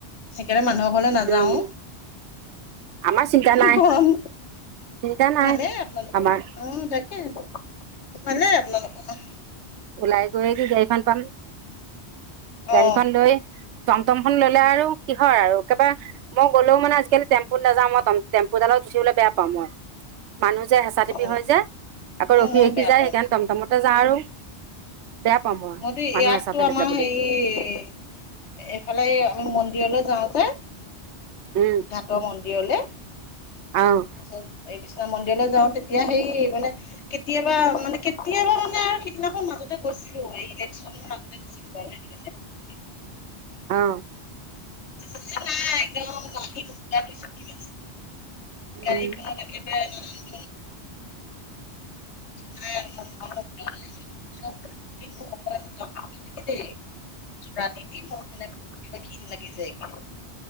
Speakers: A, on the left (about 80°); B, on the right (about 85°).
A: সেইকাৰণে মানুহৰ ঘৰলে নাযাওঁ
B: উম, আমাৰ চিন্তা নাই
A: গৰম,
B: চিন্তা নাই
A: ভালে আপোনালোকৰ
B: আমাৰ
A: অ', তা কে ভালে আপোনালোকৰ।
B: ওলাই গৈয়ে কি গাড়ীখন পাম,
A: অ
B: গাড়ীখন লৈ টমটমখন ল'লে আৰু কিহৰ আৰু একবা মই গ'লেও মানে আজিকালি টেম্পুত নাযাওঁ, টম- টেম্পুডাল উঠিবলৈ বেয়া পাওঁ মই। মানুহ যে হেঁচা থেপি
A: অ
B: হয়, যে আকৌ
A: অ
B: ৰখি,
A: ময়ো
B: ৰখি
A: বেয়া
B: যায়
A: পাওঁ
B: সেইকাৰণে টমটমতে যাওঁ আৰু। বেয়া পাও মই।
A: মইতো ইয়াতটো
B: মানুহ হেঁচা ঠেলিত
A: আমাৰ
B: যাবলৈ
A: হেৰি, এইফালে আমি মন্দিৰলৈ যাওঁ যে
B: উম।
A: ঘাটৰ মন্দিৰলে
B: অ'।
A: তাৰপিছত এই বিশ্বনাথ মন্দিৰলৈ যাওঁ তেতিয়া সেই মানে কেতিয়াবা মানে কেতিয়াবা মানে আৰু সিদিনাখন মাজতে গৈছিলোঁ ইলেকচনৰ আগতে <inaudible>
B: অ'।
A: <inaudible>
B: উম
A: গাড়ীৰখনত একেবাৰে <unintelligible> <inaudible> ৰাতি দি মোৰ মানে কিবা ঘিন লাগি যায়গে,